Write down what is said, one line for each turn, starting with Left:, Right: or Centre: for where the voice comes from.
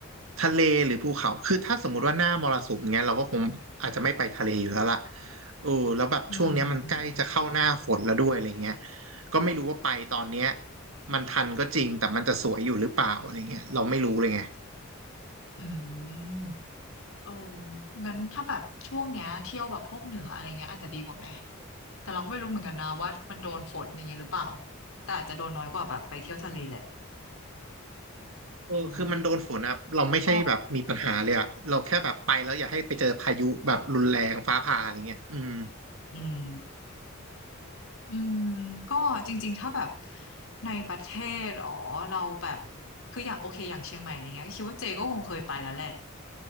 Right: ทะเลหรือภูเขาคือถ้าสมมติว่าหน้ามรสุมเงี้ยเราก็คงอาจจะไม่ไปทะเลอยู่แล้วล่ะเออแล้วแบบช่วงเนี้ยมันใกล้จะเข้าหน้าฝนแล้วด้วยอะไรเงี้ย
Left: อืมอืมอืม
Right: ก็ไม่รู้ว่าไปตอนเนี้ยมันทันก็จริงแต่มันจะสวยอยู่หรือเปล่าอะไรเงี้ยเราไม่รู้เลยไง
Left: อืมโอ้งั้นถ้าแบบช่วงเนี้ยเที่ยวแบบพวกเหนืออะไรเงี้ยอาจจะดีกว่าไหมแต่เราก็ไม่รู้เหมือนกันนะว่ามันโดนฝนอย่างเงี้ยหรือเปล่าแต่อาจจะโดนน้อยกว่าแบบไปเที่ยวทะเลแหละ
Right: เออคือมันโดนฝนอ่ะเราไม่ใช่แบบมีปัญหาเลยอ่ะเราแค่แบบไปแล้วอย่าให้ไปเจอพายุแบบรุนแรงฟ้าผ่าอะไรเงี้ยอืม
Left: อืมก็อืม อืมก็จริงๆถ้าแบบในประเทศหรอเราแบบคืออย่างโอเคอย่างเชียงใหม่อะไรเงี้ยคิดว่าเจก็คงเคยไปแล้วแหละ